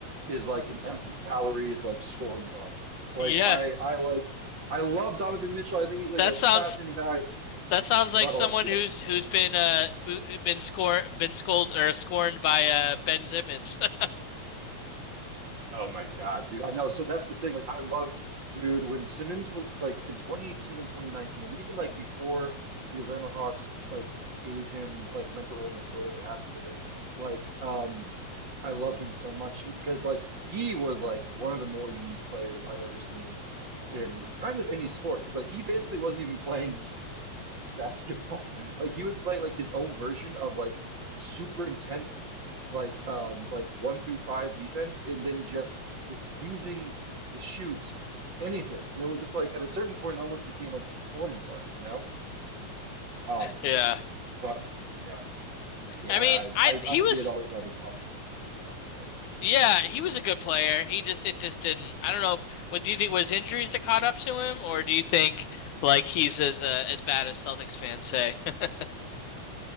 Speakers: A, on the right; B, on the left.
A: is like an empty calorie is like scoring guard. Like
B: yeah.
A: I I like I love Donovan Mitchell. I think he's like
B: That
A: a
B: sounds
A: fascinating guy,
B: That sounds
A: but
B: like someone
A: like yeah.
B: who's who's been uh been score been scolded or scorned by uh Ben Simmons. <laughs>
A: Oh my God, dude. I know. So that's the thing. Like, I loved, dude, when Simmons was like in 2018 and 2019, and even like before the Atlanta Hawks like gave him like mental illness or whatever happened to him, like, um, I loved him so much because like he was like one of the more unique players I've ever seen in kind of any sport because like he basically wasn't even playing basketball. <laughs> Like he was playing like his own version of like super intense like um like one through five defense and then just refusing to shoot anything. And it was just like at a certain point it almost became like performance art, you know? Um
B: Yeah.
A: but yeah. Yeah,
B: I mean,
A: I I
B: I
A: I
B: he
A: I
B: was
A: did always have a soft spot for that.
B: yeah, he was a good player. He just it just didn't. I don't know if what do you think was injuries that caught up to him, or do you think like he's as uh, as bad as Celtics fans say? <laughs>